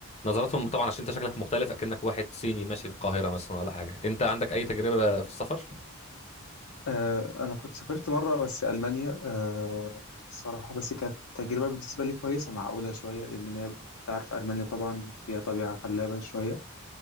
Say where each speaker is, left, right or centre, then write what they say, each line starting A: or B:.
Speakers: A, on the left; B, on the left.
A: نظراتهم طبعا عشان انت شكلك مختلف اكنك واحد صيني ماشي في القاهرة مثلا ولا حاجة انت عندك اي تجربة في السفر
B: آه، أنا كنت سافرت مرة بس ألمانيا آه، الصراحة بس كانت تجربة بالنسبة لي كويسة معقولة شوية لأن هي أنت عارف ألمانيا طبعا فيها طبيعة خلابة شوية